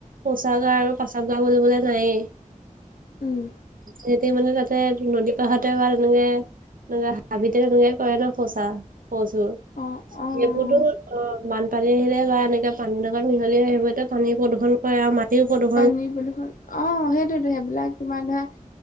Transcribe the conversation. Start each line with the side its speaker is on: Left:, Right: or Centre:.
Right: শৌচাগাৰ আৰু প্ৰস্ৰাৱগাৰ বুলিবলে নায়েই।
Left: উম।
Right: সিহঁতি মানে তাতে নদী পাহতে বা তেনেকে তে হাবিতে তেনেকাই কৰে ন সচা শচোৰ
Left: অ',
Right: সেইবোৰতো
Left: অ',
Right: অ', মানু পানী আহিলে বা এনেকে পানীৰ লগত মিহলি হৈ আহিবত পানী প্ৰদূষণ এয়া মাটি প
Left: পানী প্ৰদূষণ অ', সেইটোৱেতো সেইবিলাক তোমাৰ ধৰা